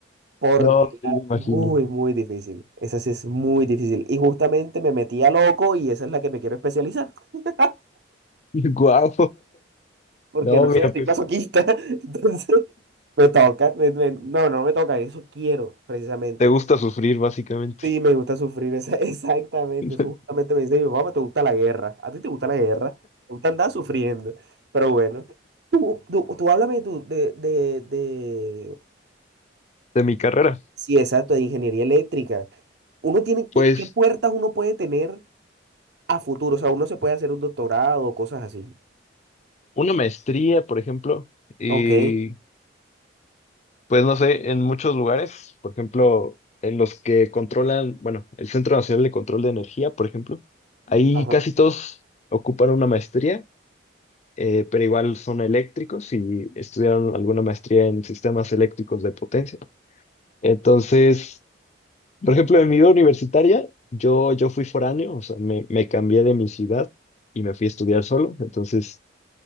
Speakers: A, on the right (about 55°); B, on the left (about 35°).
A: porque
B: No,
A: era
B: sí, me imagino.
A: muy, muy difícil. Esa sí es muy difícil. Y justamente me metí a loco y esa es la que me quiero especializar. <laughs>
B: <laughs> Guau.
A: Porque
B: No,
A: no sé,
B: mira,
A: estoy
B: pues.
A: masoquista. <laughs> Entonces... Me toca, me- me- no, no me toca, eso quiero, precisamente.
B: Te gusta sufrir, básicamente,
A: Sí, me gusta sufrir, esa- <laughs> exactamente.
B: <laughs>
A: Eso justamente me dice mi mamá, "Pues, te gusta la guerra. A ti te gusta la guerra, te gusta andar sufriendo. Pero bueno, tú, tú, tú háblame tú de, de, de,
B: de mi carrera.
A: sí, exacto, de ingeniería eléctrica. Uno tiene, ¿qué,
B: Pues
A: qué puertas uno puede tener a futuro? O sea, uno se puede hacer un doctorado o cosas así.
B: una maestría, por ejemplo, y
A: Ok.
B: pues no sé, en muchos lugares, por ejemplo, en los que controlan, bueno, el Centro Nacional de Control de Energía, por ejemplo, ahí
A: Ajá.
B: casi todos ocupan una maestría, eh, pero igual son eléctricos y estudiaron alguna maestría en sistemas eléctricos de potencia. Entonces... Por ejemplo, en mi vida universitaria, yo, yo fui foráneo, o sea, me, me cambié de mi ciudad y me fui a estudiar solo. Entonces,